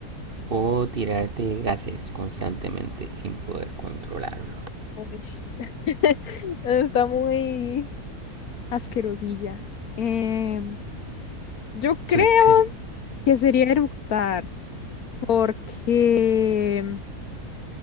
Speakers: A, on the right; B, on the left.
A: o tirarte gases constantemente sin poder controlarlo.
B: Uy, <laughs> Está muy asquerosilla. Em, yo creo
A: Sí, <laughs>
B: que sería eructar, porque